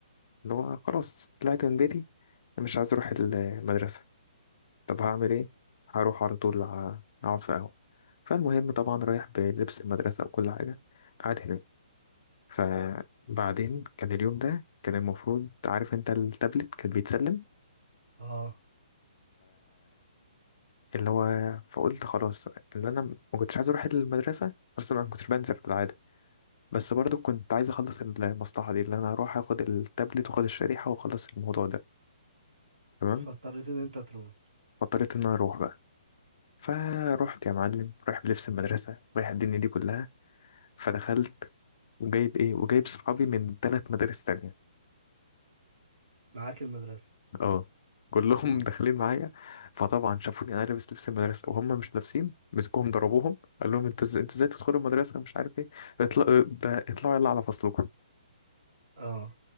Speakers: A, on the left (about 40°); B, on the right (about 70°).
A: اللي هو خلاص طلعت من بيتي أنا مش عايز اروح المدرسه طب هعمل ايه هروح على طول ع- اقعد في قهوه فالمهم طبعا رايح بلبس المدرسه وكل حاجه قاعد هناك فبعدين كان اليوم ده كان المفروض عارف انت التابلت كان بيتسلم
B: <laughs> اه
A: اللي هو فقلت خلاص اللي انا ما كنتش عايز اروح المدرسه بس انا ما كنتش بنزل بالعاده بس برضو كنت عايز اخلص المصلحه دي اللي انا اروح اخد التابلت واخد الشريحه واخلص الموضوع ده تمام
B: فاضطريت ان انت تروح
A: فاضطريت ان انا اروح بقى فروحت يا معلم رايح بلبس المدرسه رايح الدنيا دي كلها فدخلت وجايب ايه وجايب صحابي من ثلاث مدارس تانية
B: معاك المدرسة
A: اه كلهم
B: اه
A: <laughs> داخلين معايا فطبعا شافوني انا لابس لبس المدرسه وهم مش لابسين مسكوهم ضربوهم قال لهم انتوا إز- انتوا ازاي تدخلوا المدرسه مش عارف ايه اطلع ده اطلعوا يلا على فصلكم
B: اه